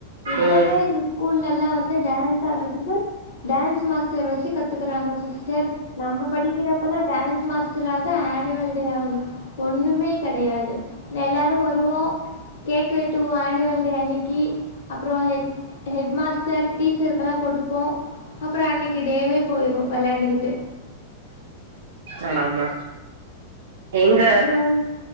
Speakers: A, on the left; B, on the right.
A: இப்பவே
B: ம்
A: இந்த ஸ்கூல்ல எல்லா வந்து டான்ஸ் ஆடுறதுக்கு டான்ஸ் மாஸ்டர் வச்சு கத்துக்குறாங்க சிஸ்டர் நம்ம படிக்கிறப்பல்லாம் டான்ஸ் மாஸ்டர்ராவது ஆனுவல் டே ஆவது ஒண்ணுமே கிடையாது எல்லாரும் வருவோம் கேக் வெச் வெட்டுவோ ஆனிவேல் டே அன்னைக்கு அப்புறம் ஹெட் மாஸ்டர் டீச்சருக்கெல்லாம் குடுப்போம்--குடுப்போம் அப்புறம் அன்னைக்கு டேவே போயிடும் விளையாண்டுகிட்டு
B: ஆ ஆமா எங்க
A: அப்புறம் வந்து